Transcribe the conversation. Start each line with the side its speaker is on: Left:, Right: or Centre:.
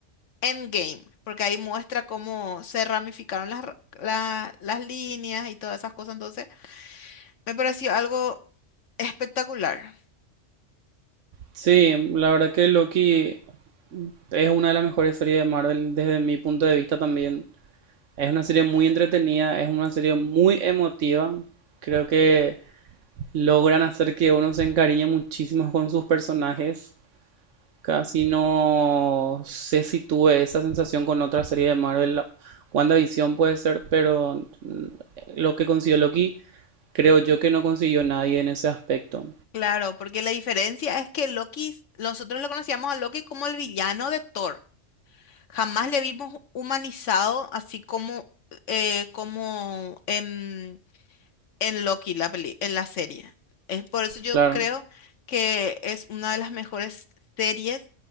Left: Endgame, porque ahí muestra cómo se ramificaron las, ra- la- las líneas y todas esas cosas. Entonces, me pareció algo espectacular.
Right: Sí, la verdad que Loki es una de las mejores series de Marvel desde mi punto de vista también. Es una serie muy entretenida, es una serie muy emotiva. Creo que logran hacer que uno se encariñe muchísimo con sus personajes. Casi no sé si tuve esa sensación con otra serie de Marvel. WandaVision puede ser, pero lo que consiguió Loki, creo yo que no consiguió nadie en ese aspecto.
Left: Claro, porque la diferencia es que Loki, nosotros lo conocíamos a Loki como el villano de Thor. Jamás le vimos humanizado así como, eh, como en, en Loki, la peli- en la serie. Es por eso yo
Right: Claro,
Left: creo que es una de las mejores series